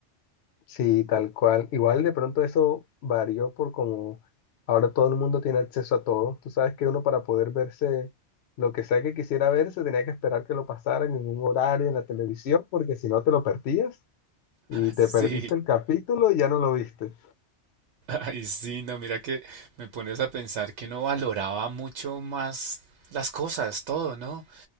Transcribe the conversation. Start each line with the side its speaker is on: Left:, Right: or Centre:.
Left: Sí, tal cual. Igual de pronto eso varió por como ahora todo el mundo tiene acceso a todo. Tú sabes que uno para poder verse lo que sea que quisiera verse tenía que esperar que lo pasaran en un horario en la televisión porque si no te lo perdías y
Right: Sí,
Left: te perdiste el capítulo y ya no lo viste.
Right: <laughs> ay, sí, no, mira que me pones a pensar que uno valoraba mucho más las cosas, todo, ¿no?